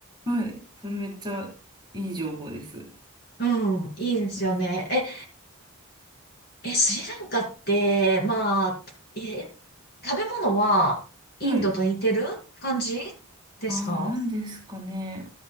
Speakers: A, on the right; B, on the left.
A: はい。それめっちゃいい情報です。
B: うん、いいですよね。
A: うん。
B: え、え、スリランカって、まあ、え、食べ物はインドと似てる感じ
A: はい。
B: ですか
A: ああ、何ですかね。